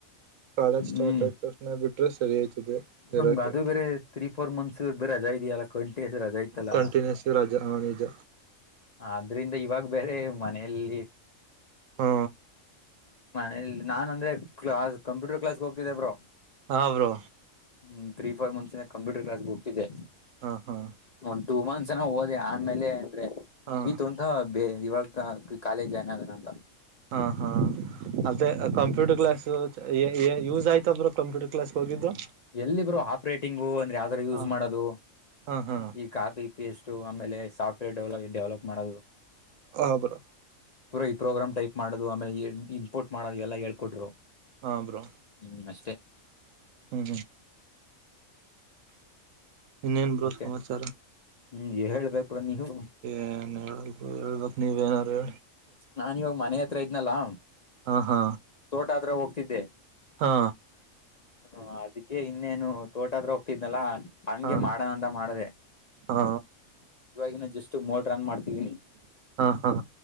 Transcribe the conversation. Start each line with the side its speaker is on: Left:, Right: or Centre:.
Right: ಕಾಲೇಜ್ ಸ್ಟಾರ್ಟ್
Left: ಹ್ಮ್
Right: ಆಯ್ತ್ ತಕ್ಷಣ ಬಿಟ್ರೆ ಸರಿ ಆಯ್ತದೆ
Left: ನಮ್ಗ
Right: ಇರೋಕ್ಕೆ.
Left: ಅದು ಬೇರೆ ತ್ರೀ ಫೋರ್ ಮಂತ್ಸ್ ಬೇರೆ ರಜಾ ಇದೆಯಲ್ಲ ಕಂಟಿ ರಜಾ ಇತ್ತಲ್ಲ.
Right: ಕಂಟಿನ್ಯೂಸ್ ರಜಾ ಹಾ ನಿಜ
Left: ಆದ್ರಿಂದ ಇವಾಗ ಬೇರೆ ಮನೆಯಲ್ಲಿ.
Right: ಹಾ
Left: ಮನೆ ಇಲ್ಲಿ ನಾನ್ ಅಂದ್ರೆ ಕ್ಲಾಸ್ ಕಂಪ್ಯೂಟರ್ ಕ್ಲಾಸ್ಗೆ ಹೋಗ್ತಿದ್ದೆ ಬ್ರೋ.
Right: ಹಾ ಬ್ರೋ.
Left: ಹ್ಮ್ ತ್ರೀ ಫೋರ್ ಮಂತ್ಸ ಇಂದ ಕಂಪ್ಯೂಟರ್ ಕ್ಲಾಸ್ ಹೋಗ್ತಿದೆ.
Right: ಹಾ ಹಾ
Left: ಒಂದ್ ಟೂ ಮಂತ್ಸ್ ಏನೋ ಹೋದೆ ಆಮೇಲೆ ಅಂದ್ರೆ
Right: ಹಾ
Left: ಮುಗೀತು ಅಂತಾ ಬೇ ಇವಾಗ. ಕಾಲೇಜ್ ಜಾಯಿನ್ ಆಗೋಣ ಅಂತಾ.
Right: ಹಾ ಹಾ ಅದೇ ಕಂಪ್ಯೂಟರ್ ಕ್ಲಾಸ್ ಯೂಸ್ ಆಯ್ತಾ ಬ್ರೋ ಕಂಪ್ಯೂಟರ್ ಕ್ಲಾಸ್ ಹೋಗಿದ್ದು.
Left: ಎಲ್ಲಿ ಬ್ರೋ ಹಾಫ್ ರೇಟಿಂಗ್ ಅಂದ್ರೆ ಯಾವ್ದರ ಯೂಸ್
Right: ಹಾ
Left: ಮಾಡೋದು
Right: ಹಾ ಹಾ
Left: ಈ ಕಾಪಿ ಪೇಸ್ಟ್ ಆಮೇಲೆ ಸಾಫ್ಟ್ವೇರ್ ಡೆಲ ಡೆವಲಪ್ ಮಾಡೋದು.
Right: ಹಾ ಬ್ರೋ.
Left: ಪುರಾ ಈ ಪ್ರೋಗ್ರಾಮ್ ಟೈಪ್ ಮಾಡೋದು ಆಮೇಲೆ ಇನ್ಪೋರ್ಟ್ ಮಾಡೋದು ಎಲ್ಲ ಹೇಳ್ಕೊಟ್ರು.
Right: ಹಾ ಬ್ರೋ
Left: ಹ್ಮ್ ಅಷ್ಟೇ.
Right: ಹ್ಮ್ ಇನ್ನೇನ್ ಬ್ರೋ
Left: ಮತ್ತೆ
Right: ಸಮಾಚಾರ.
Left: ಹ್ಮ್ ಹೇಳಳ್ಬೇಕು ಬ್ರೋ ನೀನು
Right: ಏನ್ ಹೇಳ ಹೇಳ್ಬೇಕ ನೀವೆ ಏನಾರು.
Left: ನಾನ್ ಇವಾಗ ಮನೆ ಹತ್ರ ಇದ್ನಲ್ಲಾ.
Right: ಹಾ ಹಾ
Left: ತೋಟ ಹತ್ರ ಹೋಗ್ತಿದ್ದೆ.
Right: ಹಾ
Left: ಹ್ಮ ಅದಕ್ಕೆ ಇನ್ನೇನು ತೋಟತ್ರ ಹೋಗ್ತಿದ್ನಲ್ಲಾ. ಹಂಗೆ
Right: ಹಾ
Left: ಮಾಡೋಣಂತ ಮಾಡದೆ.
Right: ಹಾ
Left: ಇವಾಗಿನ ಜಸ್ಟ್ ಮೋಟ್ರ ಓನ್ ಮಾಡ್ತಿದೀನಿ
Right: ಹಾ ಹಾ